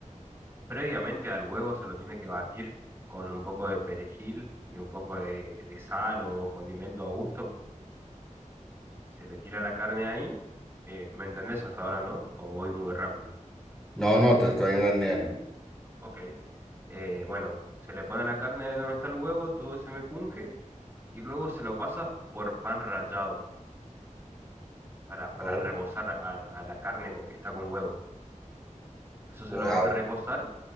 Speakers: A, on the right; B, in the centre.
A: Previamente al huevo se lo tiene que batir con un poco de perejil y un poco de, de sal o condimento a gusto. Se le tira la carne ahí. Eh, ¿me entendés hasta ahora, no? ¿O voy muy rápido?
B: No, no, te estoy entendiendo.
A: Ok. Eh, bueno, se le pone la carne de donde está el huevo, todo se mejunje y luego se lo pasa por pan rallado para, para
B: Oh,
A: rebozar a, a la carne con que está con huevo. Eso se
B: wow.
A: lo deja reposar